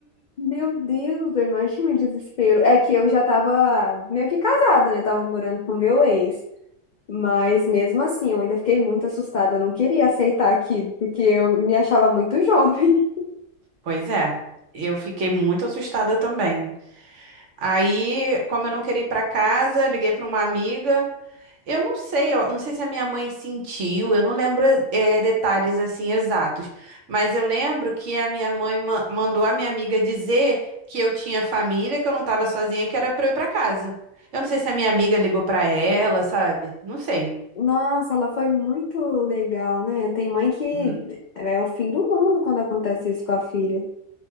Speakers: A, on the left; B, on the right.
A: Meu Deus, eu imagino o desespero. É que eu já tava meio que casada, né? Tava morando com o meu ex. Mas mesmo assim, eu ainda fiquei muito assustada. Eu não queria aceitar aquilo, porque eu me achava muito <laughs> jovem.
B: Pois é. Eu fiquei muito assustada também. Aí, como eu não queria ir pra casa, liguei pra uma amiga. Eu não sei, eu não sei se a minha mãe sentiu, eu não lembro eh, detalhes assim exatos, mas eu lembro que a minha mãe ma- mandou a minha amiga dizer que eu tinha família, que eu não estava sozinha, que era para eu ir para casa. Eu não sei se a minha amiga ligou para ela, sabe? Não sei.
A: Nossa, ela foi muito legal, né? Tem mãe que
B: Hum.
A: é o fim do mundo quando acontece isso com a filha.